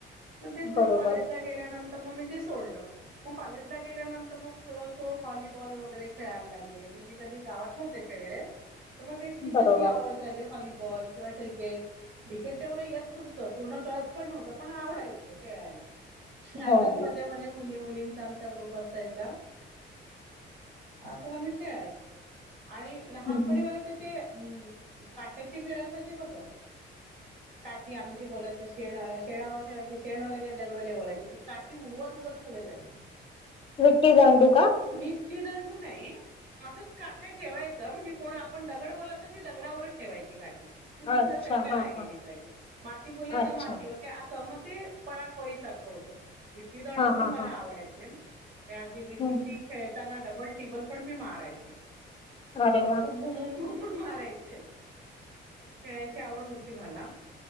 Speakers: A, on the right; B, on the left.
A: मग ते थोडं
B: बरोबर
A: कॉलेजला गेल्यानंतर तर मग मी ते सोडलं मग कॉलेजला गेल्यानंतर मग थोडंसं व्हॉलीबॉल वगैरे खेळायला लागले. मी कधी गावात नव्हते खेळेले. प ते तिथे
B: बरोबर
A: ती आवड झाली व्हॉलीबॉल किंवा क्रिकेट क्रिकेट तेवढे येत. पूर्ण कळत पण नव्हतं पण आवडायचं खेळायला
B: हो
A: असंच
B: हम्म
A: माज्याज्या मुली मुली. आम ग्रुप असायचा पण आम्ही खेळायचो. आणि लहानपणी
B: हम्म.
A: मला तर ते हम् काट्याचे खेळायचे बघ का? की आम्ही ते बोलायं शेण शेणावर ठेवायची शेणवले काय दगडवले बोलायचे ती काठी उडवत उडत पुढे जायची. <unintelligible>
B: विटी दांडू. का
A: मठ्टी दांडू नाही असंच काठ्या ठेवायचं म्हणजे कोण आपण दगड. बलात ती दगडावरच ठेवायची काठी ती दुसऱ्या
B: अच्छा
A: साईड ला
B: हा
A: नाही गेली
B: हा
A: पाहिजे. माती बोलली
B: अच्छा
A: तर मातीवर काय असं मग ते पळापळी सारखं होत. विट्टी दंडू
B: हा
A: पण
B: हा
A: मला
B: हा
A: आवडायचे अगदी विट्टी
B: हम्म
A: ती खेळताना. डबल टेबल पण मी मारायचे
B: अरे वा
A: खूप घुमून मारायचे खेळायची आवड होती मला